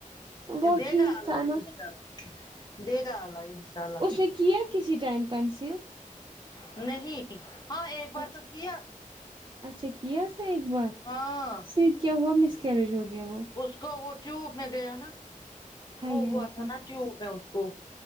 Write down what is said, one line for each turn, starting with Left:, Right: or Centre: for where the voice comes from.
Right: وہ
Left: اب دیگا
Right: ٹھیک
Left: اللہ
Right: تھا نا
Left: انشاءاللہ دیگا اللہ انشاءاللہ
Right: اس نے کیا کسی ٹائم کنسیو
Left: نہیں ہاں ایک بار
Right: اچھا
Left: تو کیا
Right: اچھا کیا تھا ایک بار
Left: ہاں
Right: پھر کیا ہوا مس کیریج ہو گیا وہ
Left: اس کو وہ ٹیوب میں گیا نا
Right: ہائی
Left: وہ
Right: ہائی
Left: ہوا تھا
Right: ہائی
Left: نا ٹیوب ہے اس کو